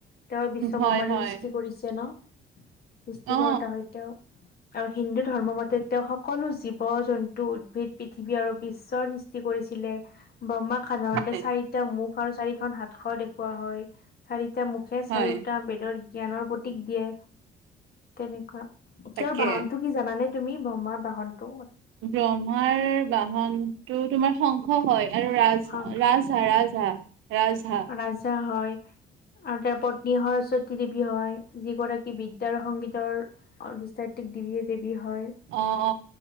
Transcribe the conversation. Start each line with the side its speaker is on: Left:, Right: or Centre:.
Left: তেওঁ বিশ্ব
Right: হয়
Left: বহ্মাৰে
Right: হয়
Left: সৃষ্টি কৰিছে ন সৃষ্টিকতা
Right: অ
Left: সৈতেও আৰু হিন্দু ধৰ্ম মতে তেওঁ সকলো জীৱ জন্তু উদ্ভিদ পৃথিৱী আৰু বিশ্বৰ কৰিছিলে ব্ৰহ্মাক সাধাৰণতে
Right: হয়
Left: চাৰিটা মুখ আৰু চাৰিখন হাতশৰ দেখুওৱা হয় চাৰিটা মুখে চাৰিওটা
Right: হয়
Left: বেদৰ জ্ঞানৰ প্ৰতীক দিয়ে তেনেকুৱা
Right: তাকে
Left: তেওঁৰ বাহনটো কি জানানে তুমি ব্ৰহ্মাৰ বাহনতটো
Right: ব্ৰহ্মাৰ বাহনতটো তোমাৰ শংখ হয় আৰু ৰাজ
Left: শংখ
Right: ৰাজ হা ৰাজ হাঁ ৰাজ হাঁ
Left: ৰাজ হাঁ হয় আৰু তেওঁৰ পত্নী হয় ওচত কি দেৱী হয় যি গৰাকী বিদ্যা আৰু সংগীতৰ অৰ্ধষ্টাত্বিক দেৱী দেৱী হয়
Right: অ অ